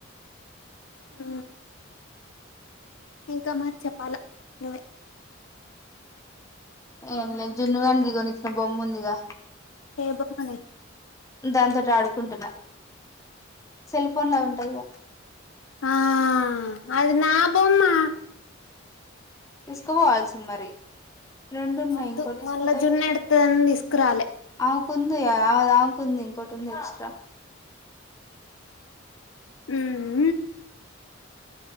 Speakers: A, on the left; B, on the left.
A: ఆ ఇంకా మరి చెప్పాలా నువ్వే
B: ఏం లేదు జున్నగానికి కొని ఇచ్చిన బొమ్మ ఉంది గా
A: ఏ బొమ్మనే
B: దాంతోటి ఆడుకుంటున్నా సెల్ ఫోన్ లా ఉంటదిగా
A: ఆ అది నా బొమ్మ
B: తీసుకుపోవాల్సింది మరి రెండున్నాయి
A: వద్దు
B: ఇంకోటి తీసుకపోతే
A: మళ్ళా
B: అయిపోవు
A: జున్ను ఎడుతుందని తీసుకురాలే
B: అమేకుంది గా ఆమెది అమేకుంది ఇంకోటి ఉంది ఎక్స్ట్రా
A: మ్మ్